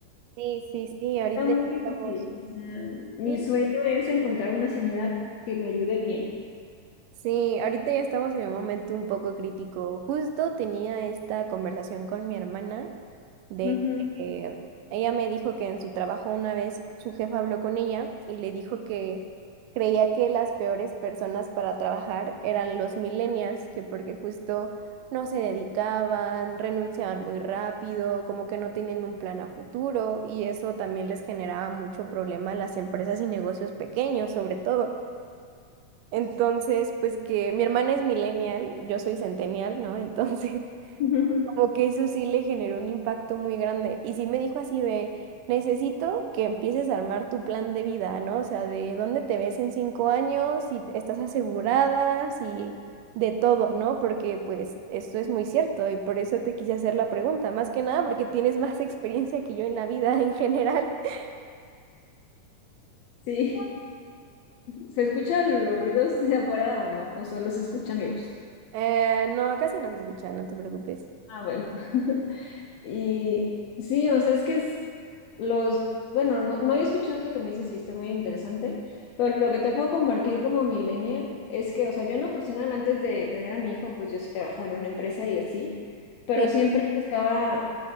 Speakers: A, on the right; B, on the left.
A: Sí, sí, sí, ahorita
B: Está muy
A: ya
B: difícil.
A: estamos.
B: O sea, mi
A: Sí,
B: sueño es encontrar una señora que me ayude bien.
A: Sí, ahorita ya estamos en un momento un poco crítico. Justo tenía esta conversación con mi hermana de
B: Ujú.
A: que eh, ella me dijo que en su trabajo una vez su jefa habló con ella y le dijo que creía que las peores personas para trabajar eran los millennials, que porque justo no se dedicaban, renunciaban muy rápido, como que no tenían un plan a futuro y eso también les generaba mucho problema a las empresas y negocios pequeños, sobre todo. Entonces, pues que mi hermana es millennial, yo soy centennial, ¿no? Entonces, <laughs>
B: <laughs>
A: como que eso sí le generó un impacto muy grande. Y sí me dijo así de, necesito que empieces a armar tu plan de vida, ¿no? O sea, de dónde te ves en cinco años, si estás asegurada, si de todo, ¿no? Porque pues esto es muy cierto y por eso te quise hacer la pregunta, más que nada porque tienes más <laughs> experiencia que yo en la vida en general. <laughs>
B: Sí. ¿Se escuchan los ruidos de afuera o no? ¿O solo se escucha mi voz?
A: Eh, no, casi no se escucha, no te preocupes.
B: Ah, bueno. <laughs> Y sí, o sea, es que es los, bueno, no, no he escuchado eso que me dices y está muy interesante, pero lo que te puedo compartir como millennial es que, o sea, yo en lo personal, antes de tener a mi hijo, pues yo sí trabajaba en una empresa y así, pero
A: Sí,
B: siempre buscaba